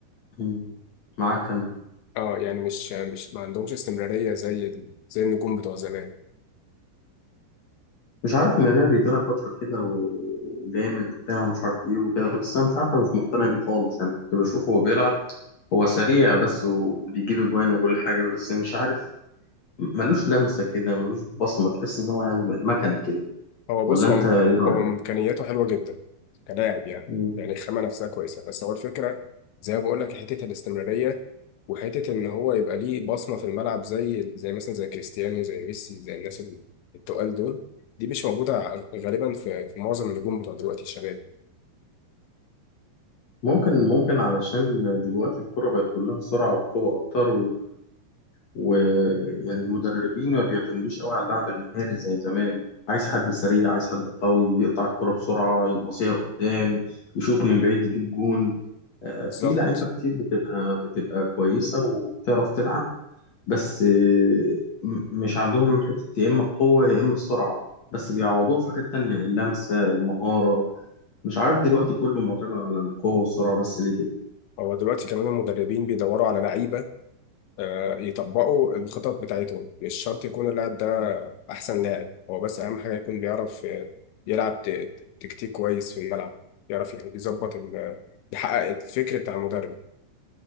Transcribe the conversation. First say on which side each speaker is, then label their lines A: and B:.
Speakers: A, on the left; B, on the left.
A: مم. معاك كم
B: اه يعني مش مش ما عندهمش استمرارية زي ال- زي النجوم بتوع زمان
A: مش عارف مبابي طلع فترة كده وجامد وبتاع ومش عارف ايه وكده بس أنا مش عارف أنا مش مقتنع بيه خالص يعني كنت بشوفه وهو بيلعب هو سريع بس وبيجيب أجوان وكل حاجة بس مش عارف ملوش لمسة كده ملوش بصمة تحس إن هو يعني مكنة كده
B: هو بص
A: ولا أنت
B: هو
A: إيه رأيك؟
B: هو إمكانياته حلوة جدا كلاعب يعني
A: مم.
B: يعني الخامة نفسها كويسة بس هو الفكرة زي ما بقول لك حتة الاستمرارية وحتة إن هو يبقى ليه بصمة في الملعب زي زي مثلا زي كريستيانو زي ميسي زي الناس ال- التقال دول دي مش موجودة ع- غالبا في في معظم النجوم بتوع دلوقتي الشباب
A: ممكن ممكن علشان دلوقتي الكرة بقت كلها سرعة وقوة أكتر ويعني المدربين ما بيعتمدوش قوي على اللعب المهاري زي زمان عايز حد سريع عايز حد قوي يقطع الكرة بسرعة يبصيها قدام يشوط من بعيد يجيب جون آه،
B: بالظبط
A: في لعيبة كتير بتبقى بتبقى كويسة وبتعرف تلعب بس آه، م- مش عندهم حتة يا إما القوة يا إما السرعة بس بيعوضوه في حاجات تانية اللمسة المهارة مش عارف دلوقتي كله معتمد على القوة والسرعة بس ليه كده
B: هو دلوقتي كمان المدربين بيدوروا على لعيبة آه، يطبقوا الخطط بتاعتهم مش شرط يكون اللاعب ده أحسن لاعب هو بس أهم حاجة يكون بيعرف آه، يلعب ت- ت- تكتيك كويس في الملعب يعرف يح- يظبط ال- يحقق الفكر بتاع المدرب